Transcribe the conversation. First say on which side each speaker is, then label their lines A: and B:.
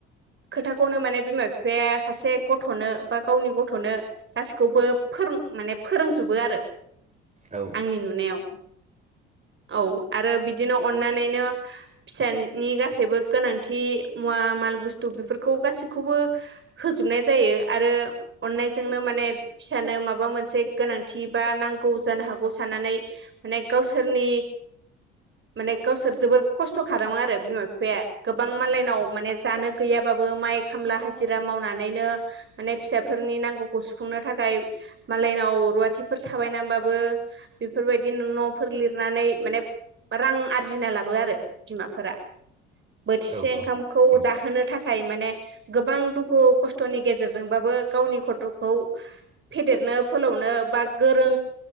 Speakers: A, on the right (about 40°); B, on the right (about 25°).
A: खोथाखौनो माने बिमा-बिफाया सासे गथ'नो बा गावनि गथ'नो गासैखौबो फोर माने फोरोंजोबो आरो
B: औ
A: आंनि नुनायाव औ आरो बिदिनो अननानैनो फिसानि गासैबो गोनांथि मुवा माल बुस्थु बेफोरखौ गासैखौबो होजोबनाय जायो आरो अननायजोंनो माने फिसानो माबा मोनसे गोनांथि बा नांगौ जानो हागौ साननानै माने गावसोरनि माने गावसोर जोबोर खस्थ' खालामो आरो बिमा बिफाया गोबां मालायनाव माने जानो गैयाबाबो माइ खामला हाजिरा मावनानैनो माने फिसाफोरनि नांगौखौ सुफुंनो थाखाय मालायनाव रुवाथिफोर थाबायनानैबाबो बेफोरबायदि न'फोर लिरनानै माने रां आरजिना लाबो आरो बिमाफोरा बोथिसे
B: औ
A: ओंखामखौ
B: औ
A: जाहोनो थाखाय माने गोबां दुखु खस्थ'नि गेजेरजोंबाबो गावनि खथ'खौ फेदेरनो फोलावनो बा गोरों